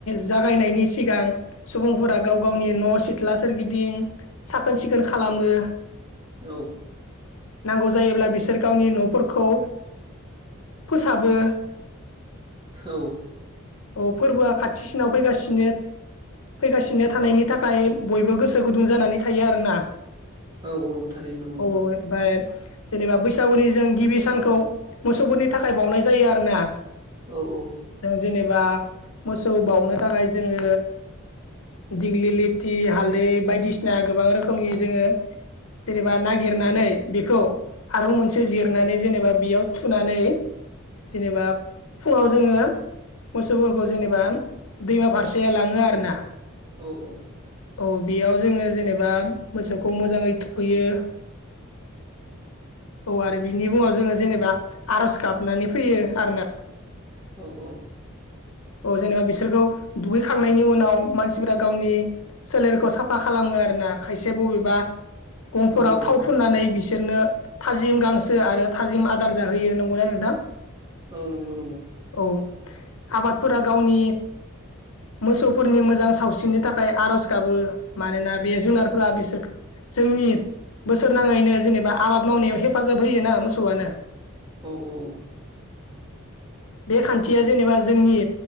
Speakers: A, on the left; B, on the right.
A: जागायनायनि सिगां सुबुंफोरा गाव गावनि न' सिथ्ला सोरगिदिं साखोन सिखोन खालामो।
B: औ
A: नांगौ जायोब्ला बिसोर गावनि न'फोरखौ फोसाबो
B: औ
A: अ फोरबोआ खाथिसिनाव फैगासिनो फैगासिनो थानायनि थाखाय बयबो गोसो गुदुं जानानै थायो आरोना
B: औ औ थारैनो नंगौ
A: औ
B: नोंथां
A: ओमफ्राय जेनेबा बैसागुनि जों गिबि सानखौ मोसौफोरनि थाखाय बावनाय जायो आरो ना
B: औ औ
A: जेनेबा मोसौ बाउनो थाखाय जोङो दिग्लिलिथि हालदै बायदिसिना गोबां रोखोमनि जोङो जेनेबा नागिरनानै बेखौ हारं मोनसे जिरनानै जेनेबा बेयाव थुनानै जेनेबा फुङाव जोङो मोसौफोरखौ जेनेबा दैमा फारसे लाङो आरोना।
B: औ औ
A: औ बेयाव जोङो जेनेबा मोसौखौ मोजाङै थुखैयो औ आरो बिनि मुङाव जोङो जेनेबा आर'ज गाबनानै फैयो आरना।
B: औ औ
A: औ जेनेबा बिसोरखौ दुगैखांनायनि उनाव मानसिफोरा गावनि सोलेरखौ साफा खालामो आरो ना खायसे बबेबा गंफोराव
B: औ
A: थाव
B: औ
A: फुननानै बिस सोरनो थाजिम गांसो आरो थाजिम आदार जाहोयो नंगौना नोंथां?
B: औ नंगौ नंगौ
A: औ आबादफोरा गावनि मोसौफोरनि मोजां सावस्रिरिनि थाखाय आर'ज गाबो मानोना बे जुनारफोरा बिसोर जोंनि बोसोर नाङैनो जेनेबा आबाद मावनायाव हेफाजाब होयोना मोसौआनो
B: औ औ औ
A: बे खान्थिया जेनेबा जोंनि